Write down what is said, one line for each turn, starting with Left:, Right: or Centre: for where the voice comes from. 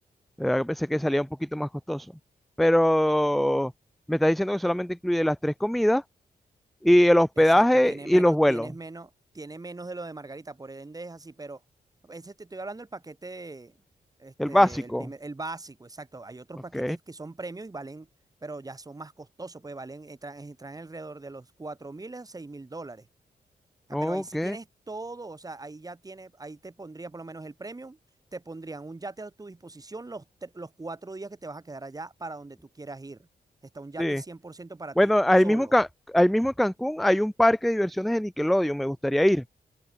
Centre: De verdad que pensé que salía un poquito más costoso. Pero me está diciendo que solamente incluye las tres comidas y el hospedaje
Right: Exacto, tiene
Centre: y
Right: menos,
Centre: los vuelos.
Right: tienes menos, tiene menos de lo de Margarita, por ende es así, pero ese te estoy hablando del paquete, este,
Centre: El básico.
Right: el primer, el básico, exacto. Hay otros
Centre: Ok.
Right: paquetes que son premium y valen, pero ya son más costosos, pues valen, entran, entran alrededor de los cuatro mil a seis mil dólares. Ah,
Centre: Ok.
Right: pero ahí sí tienes todo, o sea, ahí ya tienes, ahí te pondría por lo menos el premium, te pondrían un yate a tu disposición los, tre- los cuatro días que te vas a quedar allá para donde tú quieras ir. Está un yate
Centre: Sí.
Right: 100% para
Centre: Bueno,
Right: ti,
Centre: ahí
Right: solo.
Centre: mismo, Ca- ahí mismo en Cancún hay un parque de diversiones de Nickelodeon. Me gustaría ir.